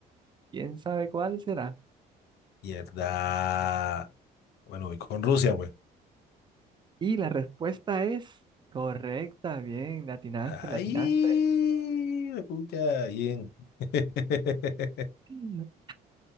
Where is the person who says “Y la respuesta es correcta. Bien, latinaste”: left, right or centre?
Right